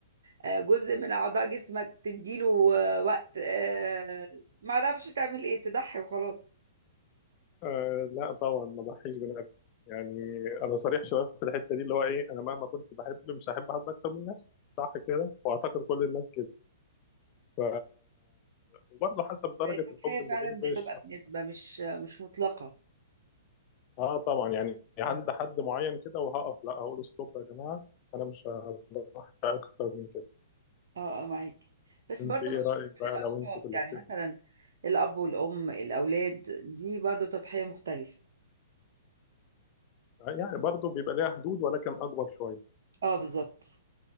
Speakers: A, on the right; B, on the left.
A: آه، جزء من اعضاء جسمك تديله آه، وقت آه، ما اعرفش تعمل ايه تضحي وخلاص
B: آه لا طبعا ما ضحيش بنفسي يعني انا صريح شويه في الحته دي اللي هو ايه انا مهما كنت بحب مش هحب حد اكتر من نفسي صح كده واعتقد كل الناس كده ف وبرضه حسب درجه
A: التضحية
B: الحب اللي
A: فعلا
B: بيني وبين
A: بتبقى
B: الشخص
A: بنسبة
B: ده
A: مش مش مطلقة
B: اه طبعا يعني عند
A: مم.
B: حد معين كده وهقف لا هقول ستوب يا جماعه انا مش هحب اكتر من كده
A: اه اه معاك بس
B: انت
A: برضو
B: ايه
A: مش
B: رايك بقى
A: كل الاشخاص
B: لو انت في الاختيار
A: يعني مثلا
B: ده؟
A: الاب والام الاولاد دي برضو تضحية مختلفة
B: يعني برضه بيبقى ليها حدود ولكن اكبر شويه
A: اه بالظبط